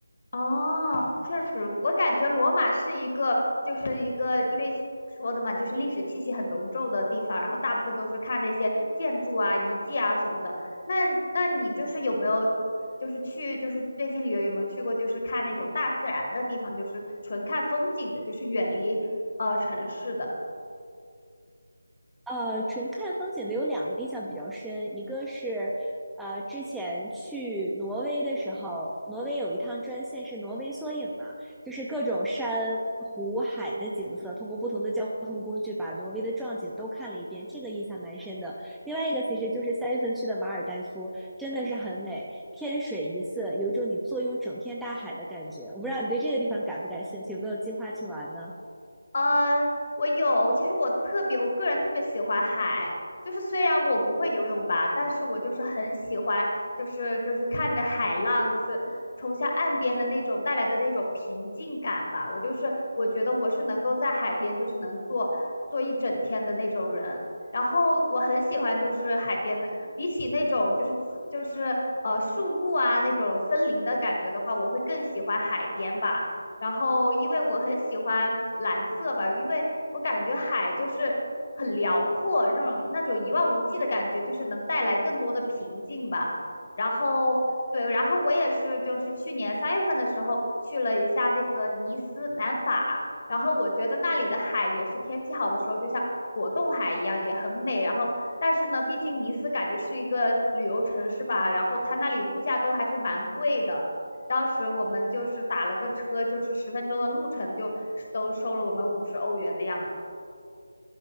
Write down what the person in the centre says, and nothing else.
呃，纯看风景的有两个印象比较深，一个是，呃，之前去挪威的时候，挪威有一趟专线是挪威缩影嘛，就是各种山湖海的景色，通过不同的交通工具把挪威的壮景都看了一遍，这个印象蛮深的。另外一个其实就是三月份去的马尔代夫，真的是很美，天水一色，有一种你坐拥整片大海的感觉。我不知道你对这个地方感不感兴趣，有没有计划去玩呢？